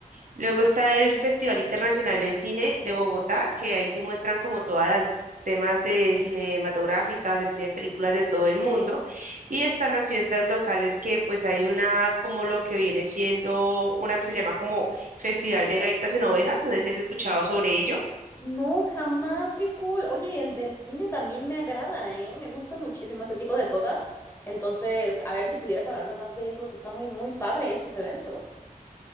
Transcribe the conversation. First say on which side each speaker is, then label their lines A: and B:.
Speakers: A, on the right; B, on the left.
A: Luego está el Festival Internacional del Cine de Bogotá, que ahí sí muestran como todas las temas de cinematográficas, se exhiben películas de todo el mundo. Y están las fiestas locales que pues hay una como lo que viene siendo una que se llama como Festival de Gaitas en Ovejas, no sé si has escuchado sobre ello.
B: No, jamás, qué cool. Oye, el del cine también me agrada, ¿eh? Me gustan muchísimo ese tipo de cosas. Entonces, a ver si pudieras hablarme más de esos. Está muy, muy padre esos eventos.